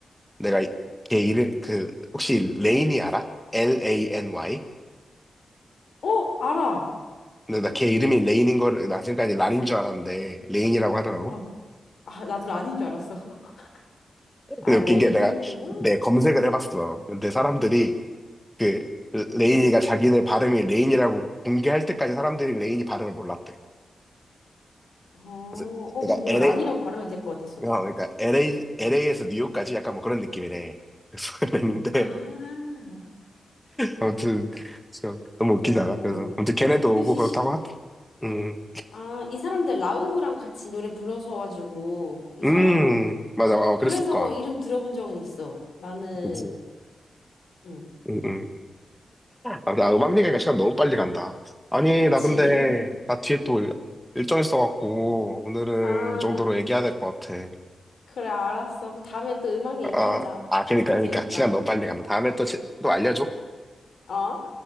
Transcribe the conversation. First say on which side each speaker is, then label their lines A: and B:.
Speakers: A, in the centre; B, on the left.
A: 내가 이- 걔 이름, 그, 혹시 레인이 알아? L-A-N-Y?
B: 어, 알아.
A: 근데 나 걔 이름이 레인인 거를, 나 지금까지 란인 줄 알았는데, 레인이라고 하더라고.
B: 어, 아, 나도 란인 줄 알았어. <laughs> 아,
A: 근데 웃긴
B: 레인이구나.
A: 게 내가, 내 검색을 해봤어. 근데 사람들이, 그, 레인이가 자기네 발음이 레인이라고 공개할 때까지 사람들이 레인이 발음을 몰랐대.
B: 어,
A: 그래서,
B: 어,
A: 그러니까
B: 근데 뭔가 란이라고 발음해야 될 것 같았어.
A: 어, 그러니까 LA, LA에서 뉴욕까지 약간 뭐 그런 느낌이네. 그래서 <laughs> 그랬는데,
B: 아,
A: 아무튼, 그래서 너무 웃기지
B: 오,
A: 않아? 그래서, 아무튼 걔네도
B: 뜻이
A: 오고 그렇다고
B: 시,
A: 하더. 음,
B: 아, 이 사람들 라우브랑 같이 노래 불러서 가지고 이
A: 음,
B: 사람.
A: 맞아, 어,
B: 그래서
A: 그랬을 거야.
B: 이름 들어본 적은 있어. 나는
A: 그지.
B: 응.
A: 음, 음. 아, 나 음악 얘기가 시간 너무
B: 아,
A: 빨리 간다. 아니,
B: 그치.
A: 나 근데,
B: <laughs>
A: 나 뒤에 또 일- 일정 있어갖고, 오늘은
B: 아,
A: 이 정도로 얘기해야 될 것 같아.
B: 그래 알았어. 다음에 또 음악 얘기하자.
A: 아, 아, 그니까, 그니까.
B: 재밌다.
A: 시간 너무 빨리 간다. 다음에 또, 제- 또 알려줘.
B: 어?